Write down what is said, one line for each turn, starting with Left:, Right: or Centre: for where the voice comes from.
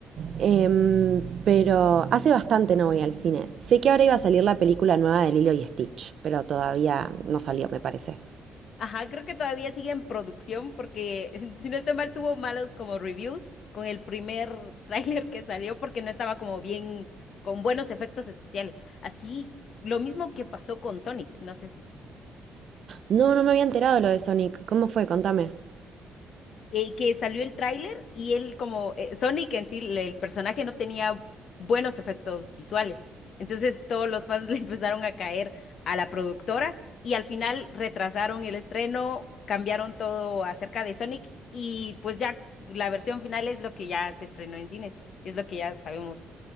Right: Em, pero hace bastante no voy al cine. Sé que ahora iba a salir la película nueva de Lilo y Stitch, pero todavía no salió, me parece.
Left: Ajá, creo que todavía sigue en producción porque, <laughs> si no estoy mal, tuvo malos como reviews con el primer <laughs> tráiler que salió porque no estaba como bien, con buenos efectos especiales. Así, lo mismo que pasó con Sonic, no sé si.
Right: No, no me había enterado lo de Sonic. ¿Cómo fue? Contame.
Left: eh, que salió el tráiler y él como eh, Sonic en sí, le- el personaje no tenía buenos efectos visuales. Entonces todos los fans <laughs> le empezaron a caer a la productora y al final retrasaron el estreno, cambiaron todo acerca de Sonic y pues ya la versión final es lo que ya se estrenó en cines y es lo que ya sabemos